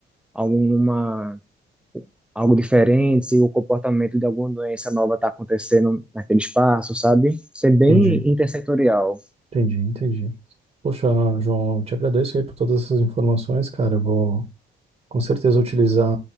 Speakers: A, in the centre; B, on the right.
A: alguma algo diferente, se o comportamento de alguma doença nova está acontecendo naquele espaço, sabe? Ser bem
B: entendi,
A: intersetorial.
B: entendi, entendi. Poxa, João, eu te agradeço aí por todas essas informações, cara. Eu vou com certeza utilizar